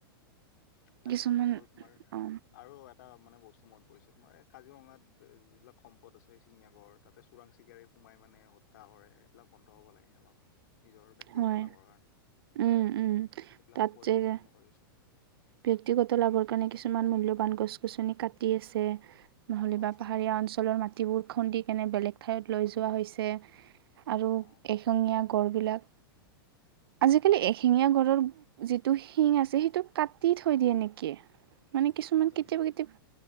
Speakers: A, on the left; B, on the right.
A: তাকে,
B: কিছুমান
A: তাকে আৰু তোমাৰ-
B: অ
A: আৰু এটা মানে বস্তু মনত পৰিছে তোমাৰ, এই কাজিৰঙাত যিবিলাক সম্পদ আছে এশিঙীয়া গড়, তাতে চোৰাং চিকাৰী- সোমাই মানে হত্যা কৰে, এইবিলাক বন্ধ হ'ব লাগে অলপ। নিজৰ ব্যক্তিগত
B: হয়
A: লাভৰ কাৰণে
B: উম
A: হয়,
B: উম
A: সেইবিলাকো
B: তাত
A: পৰিৱেশ
B: যে
A: ধ্বংস কৰি আছে।
B: ব্যক্তিগত লাভৰ কাৰণে কিছুমান মূল্যৱান গছ-গছনি কাটি আছে। নহ'লেবা
A: অ
B: পাহাৰীয়া
A: অ
B: অঞ্চলৰ মাটিবোৰ খুন্দি কেনে বেলেগ ঠাইত লৈ যোৱা হৈছে। আৰু
A: অ অ
B: এশিঙীয়া গড়বিলাক, আজিকালি এশিঙীয়া গড়ৰ- যিটো শিং আছে, সেইটো কাটি থৈ দিয়ে নেকি? মানে কিছুমান
A: নাজানো
B: কেতিয়াবা
A: নাজানো
B: কেতিয়াবা,